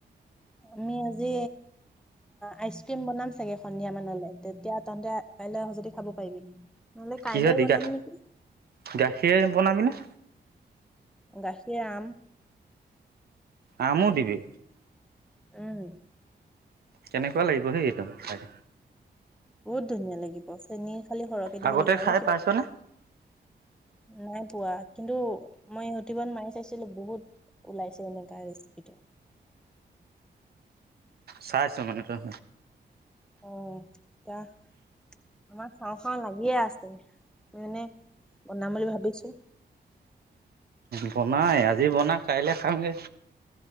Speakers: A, in the centre; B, on the right.
A: আমি আজি আইচ ক্ৰীম বনাম চাগে সন্ধিয়া মানলৈ তেতিয়া তহতে কাইলৈ আহ যদি খাব পাৰিবি নহলে কাইলৈ
B: কিহ দি
A: বনাম
B: গা
A: নেকি
B: গাখীৰ বনাবিনে
A: গাখীৰ আম
B: আমু দিবি
A: উম
B: কেনেকুৱা লাগিব সিটো হয়
A: বহুত ধুনীয়া লাগিব চেনী খালি সৰহকে দিব
B: আগতে
A: লাগিব আৰু
B: খাই
A: কিবা
B: পাইছনে?
A: নাই পোৱা কিন্তু মই ইউটিউবত মাৰি চাইছিলো বহুত ওলাইছে এনেকা ৰেচিপিটো
B: চাইছ মানে তই
A: অ এতিয়া আমাৰ খাওঁ খাওঁ লাগিয়ে আছে মানে বনাম বুলি ভাবিছো
B: বনাই আজি বনা কাইলে খামগে